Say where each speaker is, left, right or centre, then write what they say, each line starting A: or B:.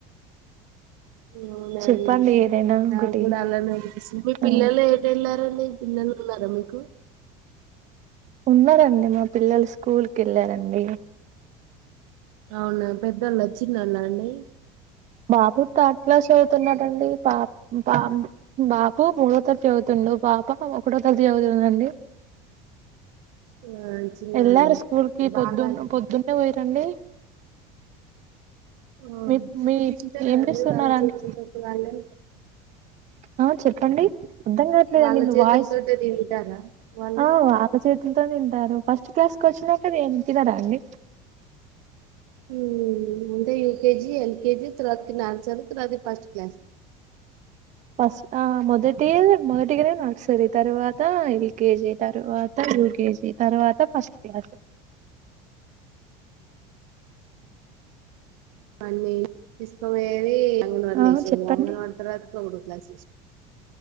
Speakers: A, on the right (about 80°); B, on the right (about 40°).
A: అవునా
B: చెప్పండి
A: అండి
B: ఏదైనా
A: నాగ్గూడా
B: ఒకటి
A: అలానే అనిపిస్తుంది మీ
B: ఆ
A: పిల్లలు ఏటెళ్ళారన్ డి పిల్లలున్నారా మీకు
B: ఉన్నారండి మా పిల్లలు స్కూల్ కెళ్ళారండి
A: అవునా పెద్దోళ్ళొచ్చిందన్నారండి
B: బాపు తర్డ్ క్లాస్ చదువుతున్నాడండి పా పా బాపు మూడో తరగతి చదువుతుండు పాప ఒకటో తరతి జవుతుందండి
A: ఆ చిన్నోళ్ళే
B: ఎల్లారు స్కూల్ కి పొద్దున్న
A: బాగా
B: పొద్దున్నే పోయిర్రండి
A: ఆ
B: మీ మీ
A: తింటారా
B: ఏం
A: అండి
B: చేస్తున్నారండి
A: వాళ్ళ చేతుల తోటి వాళ్ళే
B: ఆ చెప్పండి అద్దం గావట్లేదండి
A: వాళ్ళ
B: మీ
A: చేతులతోటే
B: వాయిస్
A: తింటారా వాళ్ళు
B: ఆ వాళ్ళ చేతి ఎంతో తింటారు ఫస్ట్ క్లాస్ కొచ్చినాక దేం తినరా అండి
A: ఊ అంటే U K G L K G తర్వాతకి నాన్సన్ తర్వాతకి ఫస్ట్ క్లాస్
B: ఫస్ట్ ఆ మొదటి మొదటిగనే నార్సరి తరువాత ఎల్ కేె జి తరువాత యూ కే జీ తర్వాత ఫస్ట్ క్లాసు
A: వాడిని తిస్కొపొయ్యేది అంగన్వాడీ
B: ఆ
A: లో ఏసేది
B: చెప్పండి
A: అంగన్వాడీ తరవాతకి ఒకటో క్లా సిస్